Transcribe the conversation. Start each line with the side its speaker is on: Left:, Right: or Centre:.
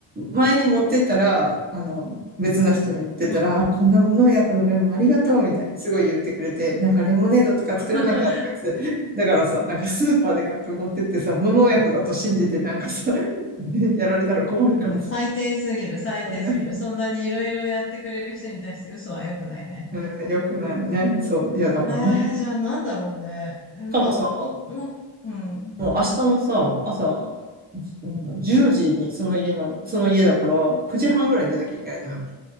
Right: 前に持ってったら、あの、別の人に持ってったら、
Left: うん。
Right: あこんな無農薬のレモンありがとうみたいにすごい言ってくれて、なんかレモネードとか作らなきゃとかって、
Left: <laughs>
Right: だからさ、なんかスーパーで買って持ってってさ、無農薬だと信じてなんかさ、<laughs> やられたら困るからさ、
Left: うん、最低すぎる、最低すぎる。
Right: う
Left: そんなにいろいろやってくれる人に対して嘘は良くないね。
Right: んうん、よくないよね。そう、いやだからな。
Left: えー、
Right: し
Left: じゃあなんだろうね。えまあ、
Right: かもさ、
Left: お、お、おうん、うん、
Right: もう明日のさ、朝、じなんだ、10時にその家の、その家だから、9時半ぐらいに出なきゃいけないのよ。